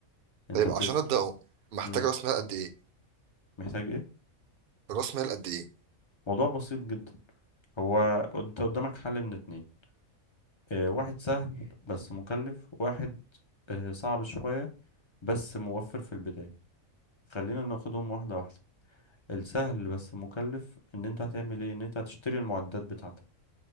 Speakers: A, on the left; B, on the right.
A: انت
B: طيب
A: بت...
B: عشان ابداه محتاج
A: مم.
B: راس مال قد ايه
A: محتاج ايه
B: راس مال قد ايه
A: موضوع بسيط جدا هو انت قدامك حل من اتنين اه واحد سهل بس مكلف واحد اه صعب شوية بس موفر في البداية خلينا ناخدهم واحدة واحدة السهل بس مكلف ان انت هتعمل ايه ان انت هتشتري المعدات بتاعتك